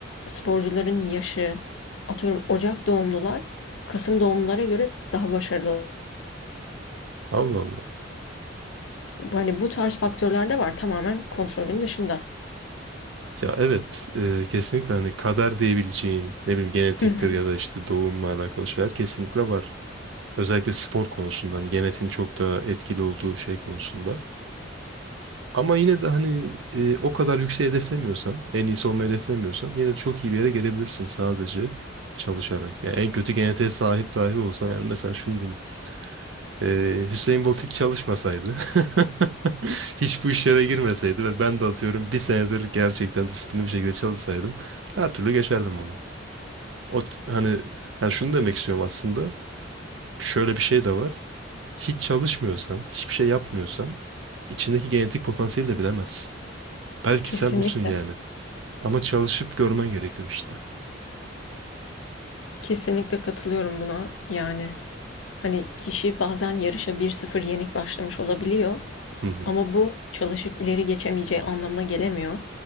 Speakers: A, on the left (about 80°); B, on the right (about 75°).
A: sporcuların yaşı atıyorum Ocak doğumlular Kasım doğumlulara göre daha başarılı. ol-
B: Allah Allah.
A: Hani bu tarz faktörler de var tamamen kontrolün dışında.
B: Ya evet e, kesinlikle hani kader diyebileceğin ne bileyim genetiktir
A: Hı hı.
B: ya da işte doğumla alakalı şeyler kesinlikle var. Özellikle spor konusunda hani genetin çok da etkili olduğu şey konusunda. Ama yine de hani e, o kadar yüksek hedeflemiyorsan, en iyisi olmayı hedeflemiyorsan yine de çok iyi bir yere gelebilirsin sadece çalışarak. Yani en kötü genetiğe sahip dahi olsan yani mesela şunu diyeyim Ee, Hüseyin Bolt hiç çalışmasaydı, <laughs> hiç bu işlere girmeseydi ve ben de atıyorum bir senedir gerçekten disiplinli bir şekilde çalışsaydım her türlü geçerdim onu. O hani yani şunu demek istiyorum aslında. Şöyle bir şey de var. Hiç çalışmıyorsan, hiçbir şey yapmıyorsan içindeki genetik potansiyeli de bilemezsin. Belki
A: Kesinlikle.
B: sen olsun yani. Ama çalışıp görmen gerekiyor işte.
A: Kesinlikle katılıyorum buna yani. Hani kişi bazen yarışa bir sıfır yenik başlamış olabiliyor
B: Hı hı.
A: ama bu çalışıp ileri geçemeyeceği anlamına gelemiyor.